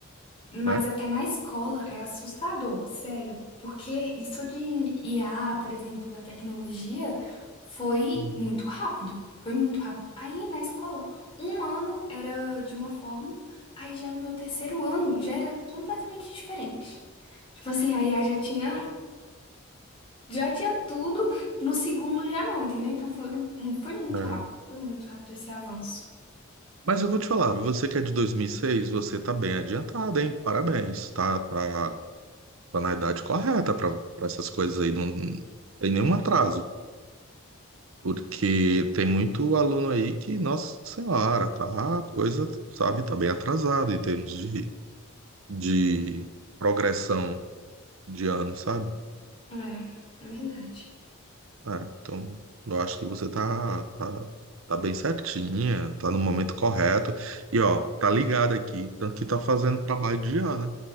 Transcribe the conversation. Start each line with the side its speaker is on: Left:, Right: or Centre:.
Left: Mas
Right: né?
Left: até na escola é assustador, sério, porque isso de IA, por exemplo, da tecnologia, foi
Right: Hum.
Left: muito rápido, foi muito rápido. Aí na escola, um ano era de uma forma, aí já no meu terceiro ano já era completamente diferente. Tipo assim, a IA já tinha, já tinha tudo, no segundo já não, entendeu? Então foi, um, um- foi muito
Right: É.
Left: rápido, foi muito rápido esse avanço.
Right: Mas eu vou te falar, você que é de 2006 você tá bem adiantada, hein? Parabéns, tá, tá, tá na idade correta para essas coisas aí, não tem nenhum atraso, porque tem muito aluno aí que, nossa senhora, tá, a coisa, sabe, tá bem atrasado em termos de, de progressão de ano, sabe?
Left: É, é verdade.
Right: É, então, eu acho que você tá, tá, tá bem certinha, tá no momento correto. E, ó, tá ligado aqui, tanto que tá fazendo trabalho de ano,